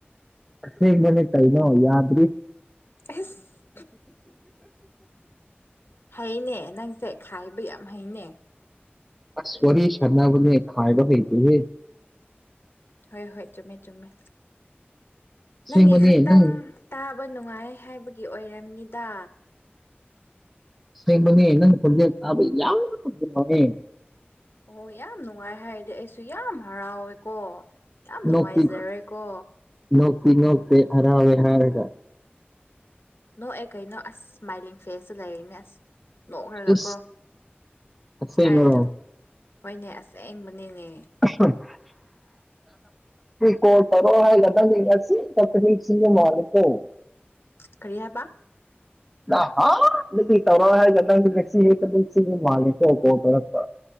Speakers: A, in the centre; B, on the left.
A: ꯑꯁꯦꯡꯕꯅꯤ ꯀꯩꯅꯣ ꯌꯥꯗ꯭ꯔꯤ
B: ꯑꯁ ꯍꯩꯅꯦ ꯅꯪꯁꯦ ꯈꯥꯏꯕ ꯌꯥꯝ ꯍꯩꯅꯦ
A: ꯑ ꯁꯔꯤ ꯁꯅꯥꯕ ꯈꯥꯏꯕ ꯂꯩꯩ ꯇꯨꯍꯦ
B: ꯍꯣꯏ ꯍꯣꯏ ꯆꯨꯝꯃꯦ ꯆꯨꯝꯃꯦ
A: ꯑꯁꯦꯡꯕꯅꯦ
B: ꯅꯪꯒꯤ ꯈꯛꯇꯪ
A: ꯅꯪ
B: ꯇꯥꯕ ꯅꯨꯡꯉꯥꯏ ꯍꯥꯏꯕꯒꯤ ꯑꯣꯏꯔꯝꯅꯤꯗ
A: ꯑꯁꯦꯡꯕꯒꯤ ꯅꯪ ꯈꯣꯟꯖꯦꯜ ꯇꯥꯕ ꯌꯥꯝ ꯅꯨꯡꯉꯥꯏꯌꯦ
B: ꯑꯣ ꯌꯥꯝ ꯅꯨꯡꯉꯥꯏ ꯍꯥꯏꯔꯗꯤ ꯑꯩꯁꯨ ꯌꯥꯝ ꯍꯔꯥꯎꯋꯦꯀꯣ ꯌꯥꯝ ꯅꯨꯡꯉꯥꯏꯖꯔꯦꯀꯣ
A: ꯅꯣꯛꯇꯤ ꯅꯣꯛꯇꯤ ꯅꯣꯛꯇꯦ ꯍꯔꯥꯎꯋꯦ ꯍꯥꯔꯒ
B: ꯅꯣ ꯑꯦ ꯀꯩꯅꯣ ꯑꯁ ꯁ꯭ꯃꯥꯏꯂꯤꯡ ꯐꯦꯁꯁꯨ ꯂꯩꯅꯦ ꯅꯣꯛꯔꯒꯀꯣ
A: ꯏꯁ ꯑꯁꯦꯡꯕꯔꯣ
B: ꯍꯥꯏꯔꯅꯨ ꯍꯣꯏꯅꯦ ꯑꯁꯦꯡꯕꯅꯦꯅꯦ
A: <unintelligible> ꯀꯣꯜ ꯇꯧꯔꯛꯑꯣ ꯍꯥꯏꯒꯗꯒꯁꯤ ꯀꯄꯅꯤꯁꯤ ꯃꯥꯔꯀꯣ
B: ꯀꯔꯤ ꯍꯥꯏꯕ꯫
A: ꯅꯍꯥꯟꯗꯒꯤ ꯇꯧꯔꯛꯑꯣ ꯍꯥꯏꯔꯒ ꯅꯪꯗꯤ ꯉꯁꯤ ꯈꯇꯪ ꯅꯤꯡꯁꯤꯡꯕ ꯃꯥꯜꯂꯦꯀꯣ ꯀꯣꯜ ꯇꯧꯔꯛꯄ꯫